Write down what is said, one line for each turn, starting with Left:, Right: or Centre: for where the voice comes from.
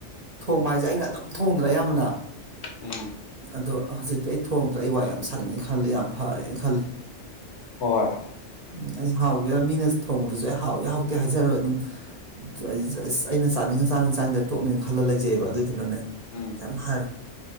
Right: ꯊꯣꯡꯕ ꯍꯥꯏꯁꯦ ꯑꯩꯅ ꯑꯗꯨꯝ ꯊꯣꯡꯗ꯭ꯔꯥ ꯑꯌꯥꯝꯕꯅ
Left: ꯎꯝ
Right: ꯑꯗꯣ ꯍꯧꯖꯤꯛꯇꯤ ꯑꯩ ꯊꯣꯡꯗ꯭ꯔꯥ ꯑꯩ ꯋꯥ ꯌꯥꯝ ꯁꯪꯉꯦꯅ ꯈꯜꯂꯤ ꯌꯥꯝ ꯐꯔꯦꯅ ꯈꯜꯂꯤ
Left: ꯍꯣꯏ
Right: ꯎꯝ ꯑꯩ ꯍꯥꯎꯒꯦ ꯃꯤꯅ ꯊꯣꯡꯕꯗꯨꯁꯨ ꯑꯩ ꯍꯥꯎ ꯌꯥ ꯍꯥꯎꯇꯦ ꯍꯥꯏꯖꯔꯣꯏ ꯑꯗꯨꯝ ꯑꯩ ꯑꯁ ꯑꯩꯅ ꯆꯥꯅꯤꯡꯉ ꯆꯥꯅꯤꯡ ꯆꯥꯡꯅꯤꯡꯗ ꯇꯣꯛꯅꯤꯡ ꯈꯜꯂ ꯂꯩꯖꯩꯑꯕ ꯑꯗꯨꯏꯗꯨꯅꯅꯦ
Left: ꯎꯝ
Right: ꯀꯝꯍꯜ